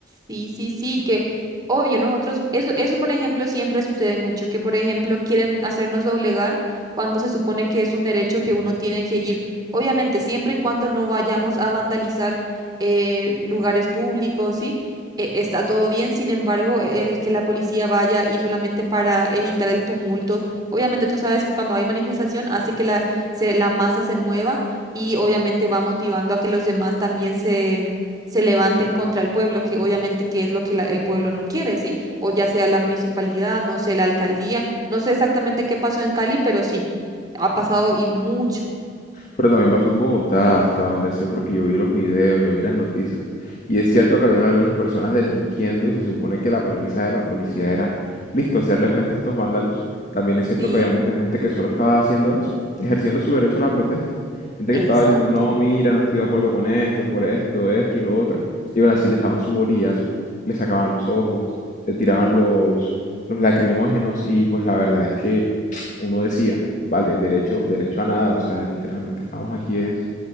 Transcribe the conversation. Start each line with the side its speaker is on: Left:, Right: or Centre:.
Right: sí, sí, sí, que obvio, nosotros, eso, eso por ejemplo siempre sucede mucho, que por ejemplo quieren hacernos doblegar cuando se supone que es un derecho que uno tiene que ir, obviamente siempre y cuando no vayamos a vandalizar eh, lugares públicos, ¿sí? E- está todo bien, sin embargo, el que la policía vaya y solamente para evitar el tumulto, obviamente tú sabes que cuando hay manifestación hace que la, se, la masa se mueva y obviamente va motivando a que los demás también se levanten contra el pueblo, que obviamente que es lo que la- el pueblo no quiere, ¿sí? O ya sea la municipalidad, no sé, la alcaldía, no sé exactamente qué pasó en Cali, pero sí, ha pasado y mucho.
Left: Pero también pasó en Bogotá, hasta donde sé, porque yo vi los videos, yo vi las noticias. Y es cierto que habían algunas personas delinquiendo y se supone que la premisa de la policía era, listo, hacerle frente a estos vándalos. También es cierto
Right: Sí,
Left: que había mucha gente que solo estaba haciendo eso, ejerciendo su derecho a la protesta. Gente
Right: exacto,
Left: que estaba diciendo, no, mira, no estoy de acuerdo con esto, por esto, esto y lo otro. Y aún así les daban su bolillazo, les sacaban los ojos, le tiraban los, los lacrimógenos y pues la verdad es que <tsk> uno decía... Vale, derecho, derecho a nada, o sea, literalmente estamos aquí es